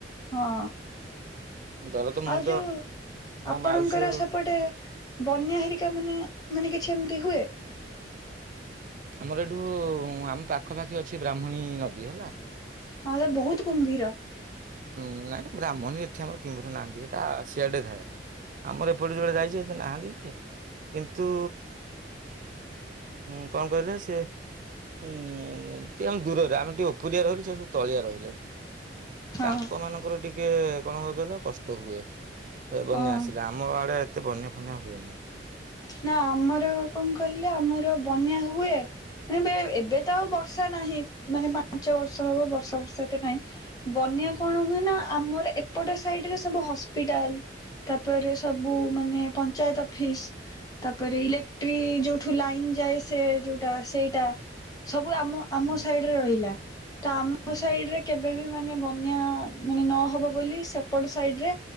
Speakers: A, on the left; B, on the right.
A: ହଁ,
B: ଦର ତ ମୁଁ
A: ଆଉ
B: ତ
A: ଯୋଉ
B: ମୋ
A: ଆପଣଙ୍କର
B: ମାଉସୀ ଘର
A: ସେପଟେ ବନ୍ୟା ହେରିକା ମାନେ, ମାନେ କିଛି ଏମିତି ହୁଏ?
B: ଆମର ଏଇଠୁ ଆମ ପାଖପାଖି ଅଛି ବ୍ରାହ୍ମଣୀ ନଦୀ ହେଲା।
A: ହଁ ବେ ବହୁତ କୁମ୍ଭୀର।
B: ହୁଁ, ନାଇଁ ବ୍ରାହ୍ମଣ ସେଠି ଆମର କିମ୍ଭରି ନାହାନ୍ତି, ସେଇଟା ସିଆଡେ ଥାଏ। ଆମର ଏପଟେ ଯଉ ଯାଇଛି ଏତେ ନାହାନ୍ତି ଯେ କିନ୍ତୁ ମୁଁ କଣ କହିଲ ସିଏ ହୁଁ, ଟିକେ ଆମେ ଦୂରରେ, ଆମେ ଟିକେ ଉପୁରିଆ ରହିଲୁ, ସେ ସବୁ ତଳିଆ ରହିଲେ।
A: ହଁ।
B: ତାଙ୍କ ମାନଙ୍କର ଟିକେ କଣ କହିଲ କଷ୍ଟ ହୁଏ, ବନ୍ୟା
A: ଅଁ
B: ଆସିଲେ, ଆମ ଆମ ଆଡେ ଏତେ ବନ୍ୟା ଫନ୍ୟା ହୁଏନି।
A: ନା ଆମର କଣ କହିଲେ, ଆମର ବନ୍ୟା ହୁଏ। ମାନେ ଏବେ ତ ଆଉ ବର୍ଷା ନାହିଁ, ମାନେ ପାଞ୍ଚ ବର୍ଷ ହବ ବର୍ଷା ବର୍ଷା ଏତେ ନାହିଁ। ବନ୍ୟା
B: ହୁଁ
A: କଣ ହୁଏ ନା, ଆମର ଏପଟ ସାଇଡରେ ସବୁ ହସ୍ପିଟାଲ, ତାପରେ ସବୁ ମାନେ ପଞ୍ଚାୟତ ଅଫିସ। ତାପରେ ଇଲେକ୍ଟ୍ରି ଯୋଉଠୁ ଲାଇନ ଯାଏ, ସେ ଯୋଉଟା ସେଇଟା, ସବୁ ଆମ ଆମ
B: ହୁଁ
A: ସାଇଡ ରେ ରହିଲା, ତ ଆମ
B: ହୁଁ
A: ସାଇଡ ରେ କେବେ ବି ମାନେ ବନ୍ୟା ମାନେ ନହବ ବୋଲି ସେପଟ ସାଇଡ ରେ